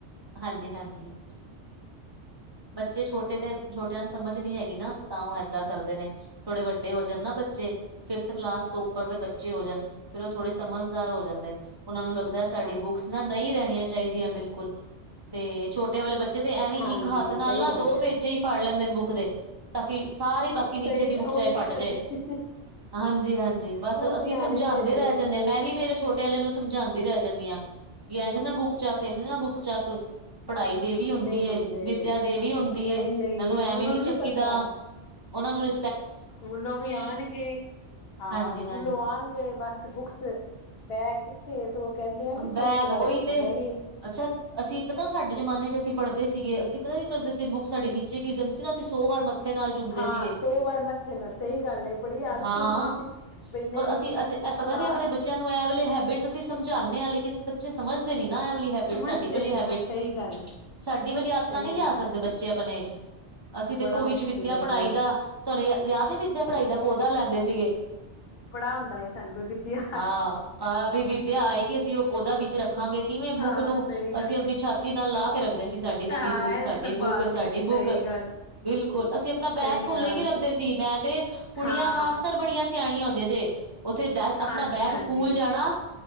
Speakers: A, on the right (about 20°); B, on the left (about 65°).
A: ਹਾਂਜੀ -ਹਾਂਜੀ ਬੱਚੇ ਛੋਟੇ, ਤੇ ਛੋਟਿਆਂ ਨੂੰ ਸਮਝ ਨੀ ਹੈਗੀ ਨਾ, ਤਾਂ ਉਹ ਏਦਾਂ ਕਰਦੇ ਨੇ ਥੋੜੇ ਵੱਡੇ ਹੋ ਜਾਣ ਨਾ ਬੱਚੇ ਫਿਫਥ ਕਲਾਸ, ਤੋਂ ਉੱਪਰ ਦੇ ਬੱਚੇ ਹੋ ਜਾਣ, ਫਿਰ ਉਹ ਥੋੜੇ ਸਮਝਦਾਰ ਹੋ ਜਾਂਦੇ ਨੇ ਉਹਨਾਂ ਨੂੰ ਲੱਗਦਾ, ਸਾਡੀ
B: ਹਾਂਜੀ
A: ਬੁੱਕਸ ਨਾ ਨਈ ਰਹਿਣੀਆਂ ਚਾਹੀਦੀਆਂ, ਬਿਲਕੁਲ ਤੇ ਛੋਟੇ ਵਾਲੇ ਬੱਚੇ ਤੇ, ਐਵੇਂ
B: ਹਾਂਜੀ
A: ਇੱਕ ਹੱਥ ਨਾਲ
B: ਸਹੀ
A: ਨਾ
B: ਗੱਲ
A: ਦੋ
B: ਹੈ
A: ਪੇਜੇ, ਹੀ ਫੜ ਲੈਂਦੇ ਨੇ ਬੁੱਕ ਦੇ ਤਾਂ, ਕਿ ਸਾਰੇ ਬਾਕੀ
B: ਸਹੀ
A: ਨੀਚੇ ਦੀ ਬੁੱਕ
B: ਗ ਉਹ
A: ਚਾਹੇ,
B: ਇਵੇਂ
A: ਫਟ
B: ਹੀ
A: ਜਏ
B: ਕਰਦੇ
A: ਹਾਂਜੀ- ਹਾਂਜੀ ਬਸ,
B: ਉਹ
A: ਅਸੀਂ
B: ਧਿਆਨ
A: ਸਮਝਾਉਂਦੇ
B: ਨਹੀਂ ਦਿੰਦੇ
A: ਰਹਿ ਜਾਂਦੇ
B: ਉਹ
A: ਹਾਂ, ਮੈਂ ਵੀ ਮੇਰੇ ਛੋਟੇ ਪਹਿਲੇ ਨੂੰ ਸਮਝਾਉਂਦੀ ਰਹਿ ਜਾਂਦੀ ਆਾਂ ਕਿ, ਇੰਝ ਨਾਲ ਬੁੱਕ ਚੱਕ, ਇੰਝ ਨਾਲ ਬੁੱਕ ਚੱਕ ਪੜ੍ਹਾਈ ਦੇ ਵੀ ਹੁੰਦੀ
B: ਨਹੀਂ
A: ਏ,
B: ਮੰਨਦੇ
A: ਵਿਦਿਆ ਦੇਵੀ ਹੁੰਦੀ,
B: ਨਹੀਂ
A: ਇਹਨੂੰ
B: ਨਹੀਂ
A: ਐਵੇਂ
B: ਉਹਨਾਂ
A: ਨੀ
B: ਨੂੰ
A: ਚੱਕੀਦਾ
B: ਪਤਾ
A: ਉਹ ਨੂੰ ਰ
B: ਸਕੂਲੋਂ ਵੀ ਆਉਣਗੇ, ਹਾਂ
A: ਹਾਂਜੀ-ਹਾਂਜੀ।
B: ਸਕੂਲੋਂ ਆਉਣਗੇ ਬਸ ਬੁੱਕਸ ਬੈਗ ਕਿੱਥੇ, ਸਗੋਂ ਕਹਿੰਦੇ ਆ ਕਿ, ਸੋਹਣੀ
A: ਬੈਗ
B: ਤਰ੍ਹਾਂ
A: ਉਹੀ
B: ਰੱਖੋ
A: ਤੇ
B: ਮੈਂ ਵੀ
A: ਅੱਛਾ। ਅਸੀਂ ਪਤਾ, ਸਾਡੇ ਜ਼ਮਾਨੇ ਚ ਅਸੀਂ ਪੜ੍ਹਦੇ ਸੀਗੇ, ਅਸੀਂ ਪਤਾ ਕੀ ਕਰਦੇ ਸੀ, ਬੁੱਕ ਸਾਡੇ ਨੀਚੇ ਗਿਰ ਜਾਂਦੀ ਸੀ ਨਾ, ਅਸੀਂ ਸੌ ਵਾਰ ਨਾਲ ਚੁੰਮਦੇ
B: ਹਾਂ,
A: ਸੀਗੇ
B: ਸੋ ਵਾਰ ਮੱਥੇ ਨਾਲ, ਸਹੀ ਗੱਲ ਬੜੀ ਆਦਤ
A: ਹਾਂ
B: ਹੁੰਦੀ ਸੀ ਬਈ ਨਹੀਂ
A: ਔਰ ਅਸੀਂ ਅਜ ਇਹ ਪਤਾ
B: ਪਾ
A: ਨੀ ਆਪਣੇ ਬੱਚਿਆਂ ਨੂੰ, ਇਹ ਵੇਲੇ ਹੈਬਿਟਸ ਅਸੀਂ ਸਮਝਾਉਂਦੇ ਹਾਂ, ਲੇਕਿਨ ਬੱਚੇ ਸਮਝ ਐ ਵਾਲੀ ਹੈਬਿਟ
B: ਸਮਝਦੇ
A: ਸਾਡੀ ਵਾਲੀ
B: ਨੀ
A: ਹੈਬਿਟ
B: ਨਾ ਸਹੀ ਗੱਲ ਹੈ
A: ਸਾਡੀ ਵਾਲੀ, ਆਦਤਾਂ
B: ਸਹੀ
A: ਨਹੀਂੀ ਲਿਆ
B: ਗੱਲ
A: ਸਕਦੇ
B: ਹੈ
A: ਬੱਚੇ, ਆਪਣੇ ਚ ਅਸੀਂ ਦੇਖੋ,
B: ਬੜਾ
A: ਵਿੱਚ
B: ਮੁਸ਼ਕਿਲ
A: ਵਿੱਦਿਆ,
B: ਹੈ
A: ਪੜ੍ਹਾਈ
B: ਬਹੁਤ
A: ਦਾ ਤੁਹਾਨੂੰ ਯਾਦ ਹ ਵਿੱਦਿਆ ਪੜ੍ਹਾਈ ਦਾ ਪੌਦਾ, ਲੈਂਦੇ ਸੀਗੇ
B: ਬੜ੍ਹਾ ਹੁੰਦਾ ਸੀ, ਸਾਨੂੰ ਵੀ, ਵਿਦਿਆ
A: ਹਾਂ ਆਹ ਵੀ ਵਿਦਿਆ ਆਏਗੀ, ਅਸੀਂ ਉਹ ਪੌਦਾ ਵਿੱਚ ਰੱਖਾਂਗੇ, ਕਿਵੇਂ, ਬੁੱਕ
B: ਹਾਂ
A: ਨੂੰ
B: ਸਹੀ
A: ਅਸੀਂ
B: ਗੱਲ
A: ਆਪਣੀ ਛਾਤੀ ਛਾਂਤੀ ਨਾਲ ਲਾ ਕੇ ਰੱਖਦੇ ਸੀ, ਸਾਡੀ ਨਵੀਂ
B: ਹਾਂ
A: ਬੁੱਕ,
B: ਐ
A: ਸਾਡੀ
B: ਸੰਭਾਲ
A: ਬੁੱਕ, ਸਾਡੀ
B: ਕੇ ਸਹੀ
A: ਬੁੱਕ
B: ਗੱਲ
A: ਬਿਲਕੁਲ, ਅਸੀਂ ਆਪਣਾ ਬੈਗ
B: ਸਹੀ
A: ਥੱਲੇ
B: ਗੱਲ
A: ਨਹੀਂੀ ਰੱਖਦੇ ਸੀ, ਮੈਂ ਤੇ ਕੁੜੀਆਂ
B: ਹਾਂ
A: ਖਾਸ ਕਰ ਬੜੀਆਂ ਸਿਆਣੀਆਂ ਹੁੰਦੀਆਂ ਜੇ, ਉੱਥੇ ਆਪਣਾ
B: ਹਾਂਜੀ
A: ਬੈਗ
B: ਹਾਂਜੀ
A: ਸਕੂਲ ਜਾਣਾ